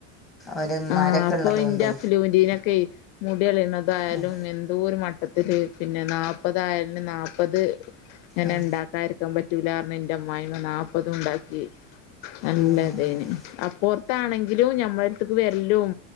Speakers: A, in the centre; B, on the left.
A: ഒരു ഉമ്മാരൊക്കെ
B: ആഹ് അപ്പൊ
A: ഉള്ളത് കൊണ്ടേ
B: ഇന്റെ അഫ്ലുൻ്റെനൊക്കെയെ മുടികള്ളയുന്നതായാലും
A: ഉം
B: എന്തോ ഒരു മട്ടത്തില്ൽ പിന്നെ നാല്പതായാലും നാല്പ്പത് അങ്ങനെ
A: ഉം
B: ഉണ്ടാക്കാരിക്കാൻ പറ്റൂല എന്റെ അമ്മായി നാപ്പതും ഉണ്ടാക്കി നല്ലതേന്
A: ഉം
B: അപ്പറത്താണെങ്കിലും ഞമ്മ ടുത്ത്ക്ക് വരല്ലും